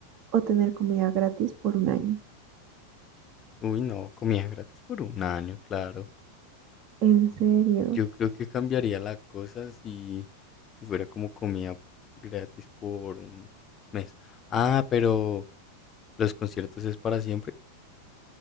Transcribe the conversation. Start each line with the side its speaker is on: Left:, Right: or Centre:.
Right: o tener comida gratis por un año?
Left: Uy, no, comida gratis por un año, claro.
Right: ¿En serio?
Left: Yo creo que cambiaría la cosa si, si fuera como comida gratis por un mes. Ah, pero los conciertos es para siempre.